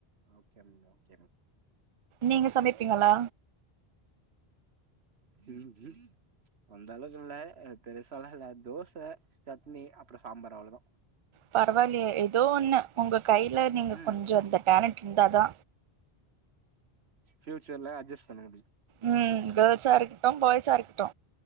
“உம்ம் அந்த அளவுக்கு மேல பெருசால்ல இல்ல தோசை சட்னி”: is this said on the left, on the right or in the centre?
Right